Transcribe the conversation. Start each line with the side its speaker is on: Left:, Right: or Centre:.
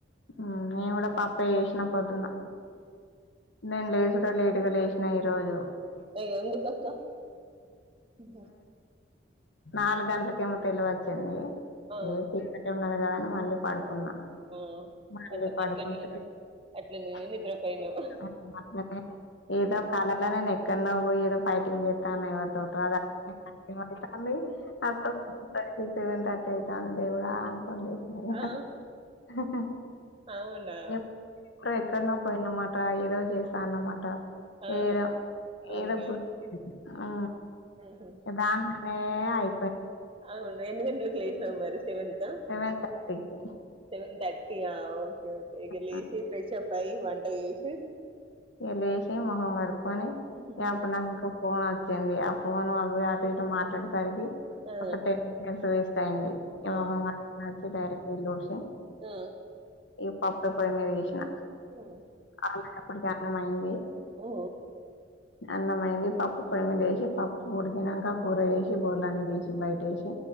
Left: హ్మ్ నేను కూడా పప్పే చేసిన పొద్దున్న నేను లేచుడే లేటు గా లేసినా ఈ రోజు
Right: ఆ ఎందుకక్కా బ
Left: నాలుగు గంటలకేమో తెలివి వచ్చింది
Right: ఆ
Left: ఏ చీకట్టి ఉన్నాది కదాని మళ్ళీ పడు న్నా
Right: ఆ
Left: మళ్ళీ
Right: కతం
Left: పడుకుంటే
Right: అట్లనే అట్లనే
Left: <unintelligible>
Right: నిద్రపోయినావు
Left: ఇదో కాలలానే కన్నా పో ఎద ఫైటింగ్ చేతాన్నా ఎవరితోటో <unintelligible> అనే ఆపు సెవెన్ థర్టీ స్నానం చేయాలా అని సరే సరే
Right: ఆ
Left: హ
Right: అవునా
Left: హ ఎక్కడ పోయిన మా క ఈరోజే స్నానం అట
Right: ఆహా
Left: ఏదో
Right: అవునా
Left: ఏదో గుర్తు ఆ
Right: ఉహు.
Left: దా ఊ అయి
Right: అవును రెండు గంటల్కి లెగిస్నా మరి ఎంత
Left: సెవెన్ థర్టీకి
Right: సెవెన్ థర్టీ ఆ ఓకే ఓ ఇగ లేసి
Left: ఆ
Right: ఫ్రెషప్ అయి వంట చేసి
Left: ఇగా లేసి ముఖం కడుక్కుని
Right: హ్మ్
Left: ఇగ అప్పుడు నాకింకా ఫోన్ వచ్చింది ఆ ఫోన్ అవి అటు ఇటు మాట్లాడేసరికి
Right: ఆ
Left: ఒక టెన్ మినిట్స్ వేస్ట్ టైంది నేను
Right: ఆ
Left: వచ్చేసరికి ఇళ్లు ఊడ్చి
Right: ఆ
Left: ఈగా పప్పు పోయిమీద వేసిన
Right: ఓ
Left: అలాప్పటికి అన్నం అయింది
Right: ఓ
Left: అన్నంమైంది పప్పు పొమ్మిదేసి పప్పు ఉడికినాక కూర వేసి బోల్లాన్ని తీసి బయట వేసి